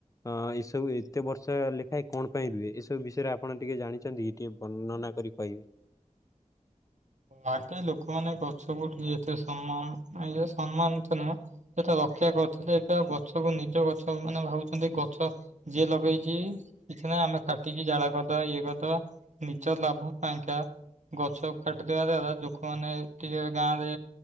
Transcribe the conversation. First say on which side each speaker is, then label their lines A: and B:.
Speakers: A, on the left; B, on the right.
A: ଅ ଏସବୁ ଏତେ ବର୍ଷ ଲେଖାଏଁ କଣ ପାଇଁ ରୁହେ ଏସବୁ ବିଷୟରେ ଆପଣ ଟିକେ ଜାଣିଛନ୍ତି ଟିକେ ବର୍ଣ୍ଣନା କରି କହିବେ।
B: ଆଗେ ଲୋକମାନେ ଗଛକୁ ଏତେ ସମ୍ମାନ ଇ ସମ୍ମାନ ତ ନୁହଁ ରକ୍ଷା କରିଥିଲେ ଏଟା ଗଛକୁ ନିଜ ଗଛ ମାନେ ଭାବଛନ୍ତି ଗଛ ଯିଏ ଲଗେଇଛି କିଛି ନାହିଁ ଆମେ କାଟିକି ଜାଳ କରିଦବା ଇଏ କରିଦବା ନିଜ ଲାଭ ପାଇଁ କା ଗଛ କାଟିଦବା ଲୋକମାନେ ଟିକେ ଗାଁରେ